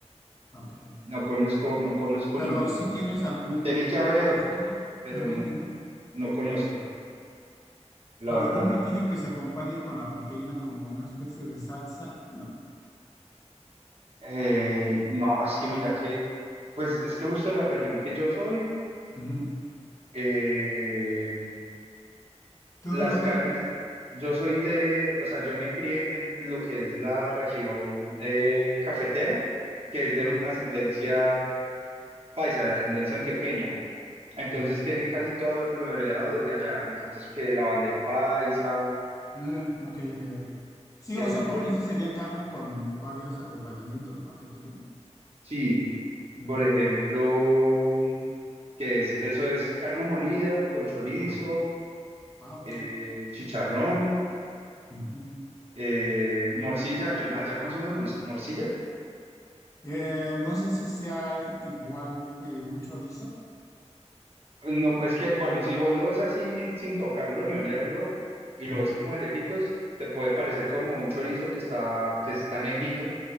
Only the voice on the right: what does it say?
no conozco, no conozco
ninguno.
Tiene que haber,
pero
no,
no conozco, la
verdad
no.
Eh, no, es que mira que, pues es que justo la región que yo soy,
eh,
Las
carnes,
yo soy de, o sea, yo me crié en lo que es la región eh, cafetera, que es de
ascendencia
paisa, de ascendencia antioqueña. Entonces
tienen
casi todo lo heredado desde allá. Entonces, que la bandeja paisa,
que
son
fríos.
Sí,
por ejemplo, que es, eso es carne molida con chorizo,
eh, chicharrón,
eh, morcilla. Yo- ¿allá consumen mons- morcilla?
No, es que, bueno, si vos lo ves así sin tocarlo ni olerlo y
lo ves como de lejitos, te puede parecer como un chorizo que está, que está negrito,